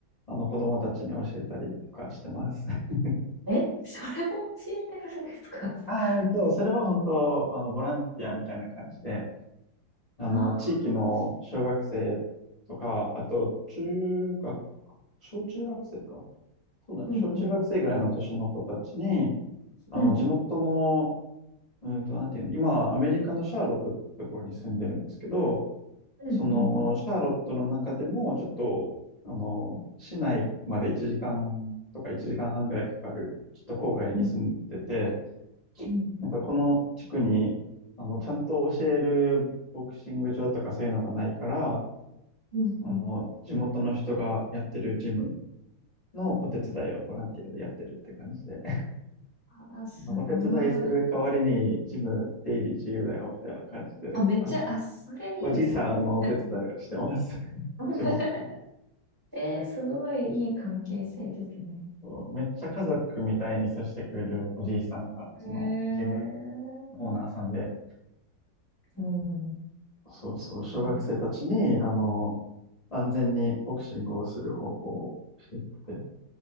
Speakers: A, on the left; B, on the right.
A: あの子供たちに教えたりとかしてます。<laughs>
B: え、それも教えてるんですかあ
A: ああ、えっと、それは本当、あの、ボランティアみたいな感じで、あの、
B: あ
A: 地域の小学生とか、
B: ー、
A: あと、中学、小中学生か。そうだね。
B: うんうん。
A: 小中学生ぐらいの年の子たちに、あの、
B: うん。
A: 地元の、うんと、なんていうの、今、アメリカのシャーロットってところに住んでるんですけど、
B: うんうん。
A: その、シャーロットの中でも、ちょっと、あの、市内まで1時間とか1時間半ぐらいかかる、ちょっと郊外に住んでて、
B: うんうんうん。
A: なんかこの地区に、あの、ちゃんと教えるボクシング場とかそういうのがないから、
B: うんうん。
A: あの、地元の人がやってるジムのお手伝いをボランティアでやってるって感じで、<laughs>
B: あーすごい。
A: まあお手伝いする代わりにジム出入り自由だよみたいな感じで、
B: あ、めっちゃ、
A: あの、
B: あ、それいいですね。
A: おじいさんのお手伝いをしてます。<laughs>
B: <laughs>
A: 地元で。
B: えー、すごいいい関係性ですね。
A: そうめっちゃ家族みたいに接してくれるおじいさんが、そのジム
B: へえ。
A: のオーナーさんで、
B: うん。うん
A: そうそう、
B: う
A: 小学生たちに、あの、安全にボクシングをする方法を教えてて、